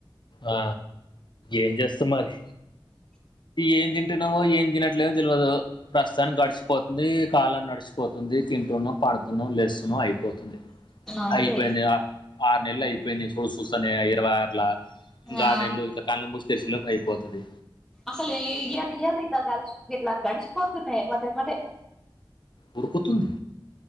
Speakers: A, on the left; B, in the centre.
A: ఆ ఏం చేస్తా మరి ఏం పట్టినము ఏం తినట్లేదో తెలివదు ప్రస్తుతానికి గడిచిపోతుంది కాలం నడిచిపో పోతుంది తింటున్నాం పడుతున్నాం లేస్తున్నాం అయిపోతుంది
B: అంతే
A: అయిపోయిందిగా ఆరు నెలలు అయిపోయింది చూ చూస్తానే ఇరవై ఆరుల ఇంకా
B: ఆ
A: ఆరు నెలలు ఇ కన్ను మూసి తెరిసే లోపు అయిపోతుంది
B: అసలు ఇయర్ ఇయర్ ఇ ల్ ఇట్లా గడిచిపోతున్నా మదే మదే
A: ఉడుకుతుంది